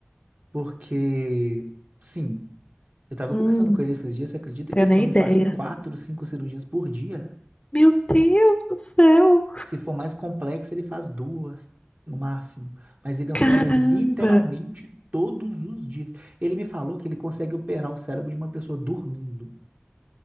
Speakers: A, on the right (about 40°); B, on the left (about 30°).
A: porque, sim, eu estava
B: Hum,
A: conversando com ele esses dias, você acredita
B: tenho
A: que esse
B: nem
A: homem
B: ideia.
A: faz quatro, cinco cirurgias por dia?
B: Meu Deus do céu!
A: Se for mais complexo, ele faz duas no máximo. Mas ele opera
B: Caramba!
A: literalmente todos os dias. Ele me falou que ele consegue operar o cérebro de uma pessoa dormindo.